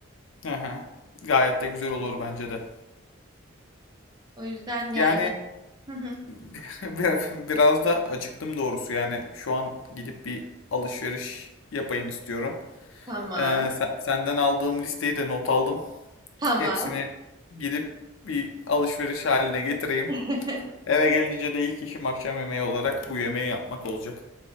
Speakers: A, on the left (about 75°); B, on the right (about 20°).
A: Hı hı. Gayet de güzel olur bence de.
B: O yüzden yani
A: Yani
B: Hı hı.
A: <laughs> bir- biraz da acıktım doğrusu. Yani şu an gidip bir alışveriş yapayım istiyorum.
B: tamam,
A: Ee, sen- senden aldığım listeyi de not aldım.
B: tamam,
A: Hepsini gidip bir alışveriş haline getireyim.
B: <laughs>
A: Eve gelince de ilk işim akşam yemeği olarak bu yemeği yapmak olacak.